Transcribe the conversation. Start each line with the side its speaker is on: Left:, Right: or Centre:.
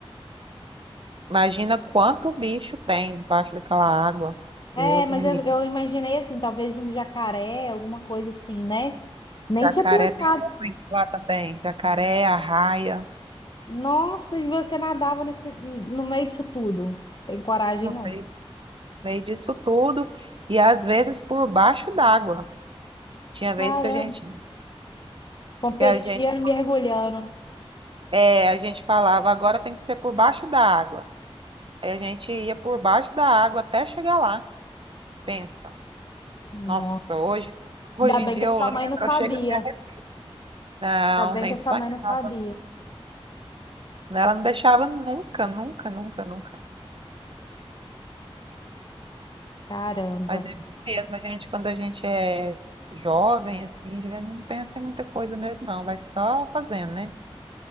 Right: imagina quanto bicho tem debaixo daquela água.
Left: É,
Right: Deus
Left: mas
Right: me
Left: eu,
Right: livre.
Left: eu imaginei assim, talvez um jacaré, alguma coisa assim, né? Nem
Right: Jacaré
Left: tinha pensado.
Right: tem muito lá também. Jacaré, arraia,
Left: Nossa, e você nadava nesse, no meio disso tudo. Tem coragem,
Right: no
Left: não.
Right: meio, no meio disso tudo. E às vezes por baixo d'água. Tinha
Left: Caramba,
Right: vezes que a gente,
Left: competia
Right: que a gente,
Left: mergulhando. né?
Right: é, a gente falava, agora tem que ser por baixo da água. Aí a gente ia por baixo da água até chegar lá. Pensa,
Left: Nossa,
Right: nossa, hoje, hoje
Left: ainda
Right: em
Left: bem
Right: dia
Left: que
Right: eu
Left: a sua
Right: lembro,
Left: mãe não sabia.
Right: eu chego até. arre- Não,
Left: Ainda bem
Right: nem
Left: que a
Right: sonhava.
Left: sua mãe não sabia.
Right: Senão Ela não deixava nunca, nunca, nunca, nunca.
Left: Caramba.
Right: Mas é assim mesmo, a gente, quando a gente é jovem, assim, já não pensa em muita coisa mesmo, não. Vai só fazendo, né?